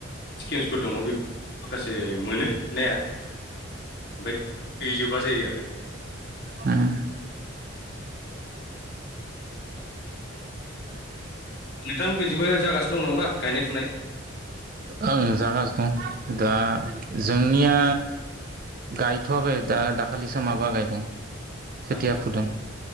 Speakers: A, on the left; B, on the right.
A: स्किलफोर दङ बे माखासे मोनो ने ओमफ्राय गैजोबा जायो आरो
B: होम
A: नोंथांमोननिथिंबो जागासिनो दं नङा होमबा गायनाय फुनाय
B: ओं जागासिनो दं दा जोंनिया गायथ'वाखै दा दाखालिसो माबा गायदों खोथिया
A: औ
B: फुदों